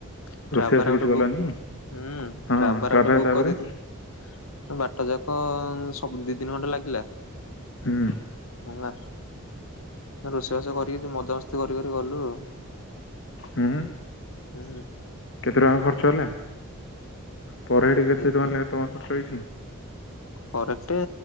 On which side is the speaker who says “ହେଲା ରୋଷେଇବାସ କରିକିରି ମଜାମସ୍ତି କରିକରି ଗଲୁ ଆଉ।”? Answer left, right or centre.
Left